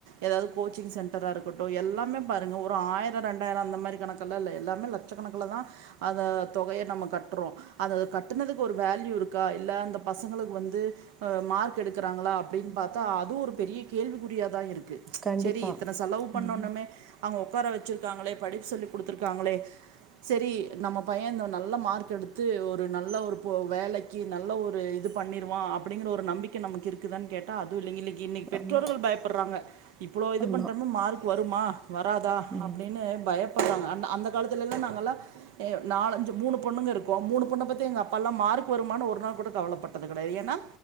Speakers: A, on the right; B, on the right.
A: எதாவது கோச்சிங் சென்டரா இருக்கட்டு எல்லாமே பாருங்க ஒரு ஆயிர ரெண்டாயிர அந்த மாரி கணக்கெல்லா இல்ல எல்லாமே லட் லட்சக்கணக்குலதா அந்த தொகைய நம்ம கற்றோ அத கட்டுனதுக்கு ஒரு வேல்யூ இருக்கா இல்ல அந்த பசங்களுக்கு வந்து அ மார்க் எடுக்க றாகளா அப்டின் பாத்தா அதுவு ஒரு பெரிய கேள்விக்குறியாதா இருக்கு
B: கண்டிப்பா.
A: சரி இத்தன செலவு பண்ணுணோமே
B: ம்.
A: அவுங் உக்கார வச்சிருக்காங்களே படிப்பு சொல்லி குடுத்திருக்காங்களே சரி நம்ம பைய இந்த நல்ல மார்க் எடுத்து து ஒரு நல்ல ஒரு வேலைக்கி நல்ல ஒரு இது பண்ணிருவா அப்படிங்கிற ஒரு நம்பிக்கை நமக்கு இரு க்குதானு கேட்டா அதுவு இல்லைங்க இன்னைக்கி இன்னைக்கி பெற்றோர்கள்
B: ஆமா,
A: பயப்படுறாங்க இவ்ளோ இது
B: ஆமா.
A: பண்றோமே மார்க் வருமா வராதா
B: ம்.
A: அப்டின்னு பயப்படுறாங்க அந்த அந்த காலத்துலல்லா நாங்கள்லா ஏ நாலு அஞ்சு மூனு பொண்ணுங்க இருக்கோம் மூனு பொண்ணப் பத்தியு எங்க அப்பாலா மார்க் வருமானு ஒரு நாள் கூட கவலைப்பட்டது கெடையாது ஏன்னா